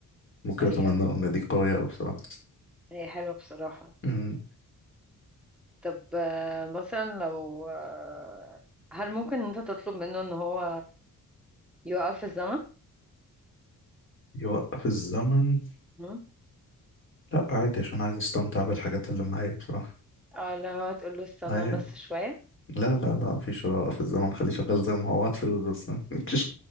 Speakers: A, on the left; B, in the centre.
A: ممكن
B: ايوه
A: أتمنى أن دي قوية أوي بصراحة
B: هي حلوة بصراحة
A: أمم،
B: طب آه، مثلا لو آه، هل ممكن ان انت تطلب منه ان هو يوقف الزمن
A: يوقف الزمن
B: مم؟
A: لا عادي عشان عايز أستمتع بالحاجات اللي معايا بصراحة
B: او لو هتقول له استنى
A: أيوة.
B: بس شوية
A: لا لا لا مفيش ولا في الزمن خليه شغال زي ما هو هات فلوس بس <laughs> مفيش-